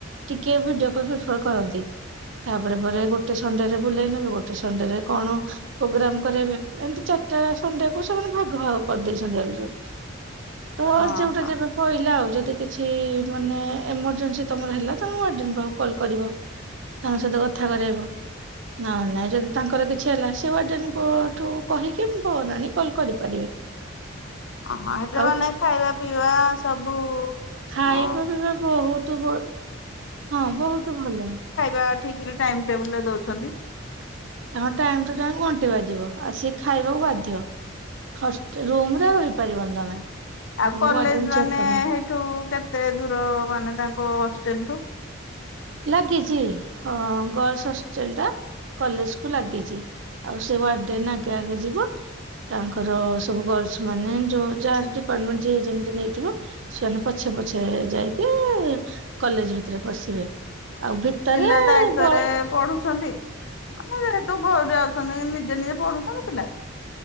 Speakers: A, on the right (about 65°); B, on the left (about 65°).
A: ଟିକେ ଭିଡିଓ କଲ୍ ପ୍ରିଫର କରନ୍ତି। ତାପରେ ପରେ ପରେ ଗୋଟେ ସଣ୍ଡେରେ ବୁଲେଇ ନେବେ ଗୋଟେ ସ ସଣ୍ଡେ ରେ କଣ ପ୍ରୋଗ୍ରାମ କରାଇବେ ଏମିତି ଚାରିଟା ସଣ୍ଡେ କୁ ସେମାନେ ଭାଗ ଭାଗ କରିଦେଇ ଡେଟ୍ ରେ। ତ
B: ଓହୋ।
A: ଯୋଉଟା ଯେବେ ପହିଲା ଆଉ ଯଦି କିଛି ମାନେ। ଏମରଜେନ୍ସି ତମର ହେଲା ତମେ ୱାର୍ଡେନ ପାଖକୁ କଲ୍ କରିବ ତାଙ୍କ ସହିତ କଥା କରାଇବ ନା ନାଇଁ ଯଦି ତାଙ୍କର କିଛି ହେଲା ସେ ୱାର୍ଡେନଙ୍କଠୁ କହିକି ଫୋନ୍ ଅନିକି କଲ୍ କରିପାରିବେ।
B: ଅ ହଁ ୱାର୍ଡେଏନ
A: ଆଉ
B: ଖାଇବା ପିଇବା ସବୁ
A: ଖାଇବା
B: ଅ
A: ପିଇବା ବହୁତ ଭଲ <inaudible> ହଁ ବହୁତ୍ ଭଲ।
B: <inaudible> ଠିକ୍ ରେ ଟାଇମ୍ ଟେବୁଲ୍ ରେ ଦଉଛନ୍ତି।
A: ତମ ଟାଇମ୍ ଟୁ ଟାଇମ୍ ଘଣ୍ଟି ବାଜିବ ଆସିକି ଖାଇବାକୁ ବାଧ୍ୟ ହଷ୍ଟେ ରୁମରେ ରହିପାରିବନି ତମେ
B: ଆଉ
A: ତମକୁ
B: କଲେଜ
A: ୱାର୍ଡେନ
B: ମାନେ
A: ଚେକ୍ କରିବ।
B: ହେଇଠୁ କେତେ। କେତେ ଦୂର ମାନେ ତାଙ୍କ ହଷ୍ଟେଲଠୁ?
A: ଲାଗିଚି ହଁ ଗର୍ଲସ ହଷ୍ଟେଲ ଟା କଲେଜ କୁ ଲାଗିଚି। ଆଉ ୱାର୍ଡେନ ଆଗେ ଆଗେ ଯିବ ତାଙ୍କର ସବୁ ଗର୍ଲସ ମାନେ ଯୋ ଜାର ଡିପାର୍ଟମେଣ୍ଟ ଯିଏ ଯେମତି ନେଇଥିବ ସେମାନେ ପଛେ ପଛେ ଯାଇକି କଲେଜ ଭିତରେ ପଶିବେ। ଆଉ ଭିତରେ
B: ପିଲା ଦାୟିତ୍ଵରେ
A: ବଏଜ୍।
B: ପଢୁଛନ୍ତି। ମାନେ ସେଠୁ ଘରେ ଯାଉଚନ୍ତି ଏମି ନିଜେ ନିଜେ ପଢୁଚନ୍ତି ପିଲା?